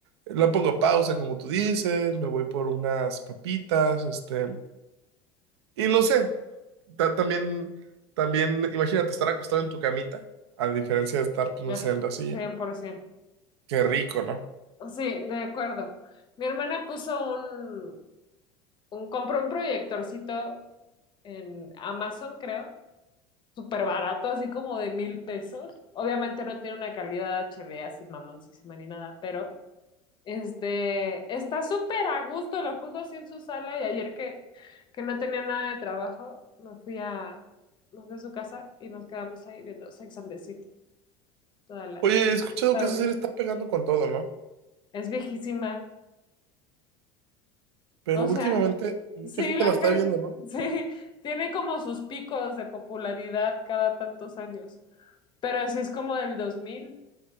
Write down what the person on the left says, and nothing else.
Ah,
100%.
Sí, de acuerdo. Mi hermana puso un, un, compró un proyectorcito en Amazon, creo, súper barato, así como de mil pesos. Obviamente no tiene una calidad H D así mamoncísima ni nada, pero este, está súper a gusto, lo puso así en su sala y ayer que, que no tenía nada de trabajo, me fui a, me fui a su casa y nos quedamos ahí viendo Sex and the City toda la
tarde.
Es viejísima.
O
sea,
sí,
la
gente,
sí, tiene como sus picos de popularidad cada tantos años, pero así es como del 2000.